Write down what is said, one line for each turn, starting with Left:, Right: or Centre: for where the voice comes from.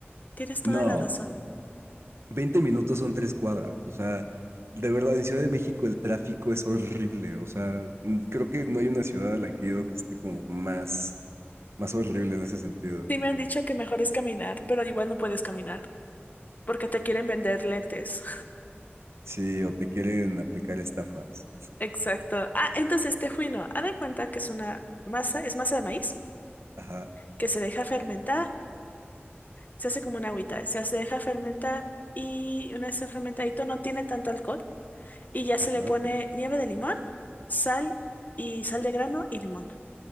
Left: Tienes toda
Right: no,
Left: la razón.
Right: 20 minutos son tres cuadras. O sea, de verdad, en Ciudad de México el tráfico es horrible. O sea, mm, creo que no hay una ciudad a la que he ido que esté como más, más horrible en ese sentido.
Left: Sí me han dicho que mejor es caminar, pero igual no puedes caminar porque te quieren vender lentes.
Right: Sí, o te quieren aplicar estafas.
Left: <laughs> Exacto. Ah, entonces este juino, haz de cuenta que es una masa, es masa de maíz
Right: Ajá,
Left: que se deja fermentar, se hace como una agüita, se hace- deja fermentar y una vez se fermentadito no tiene tanto alcohol y ya se
Right: ajá,
Left: le pone
Right: ok.
Left: nieve de limón, sal y sal de grano y limón.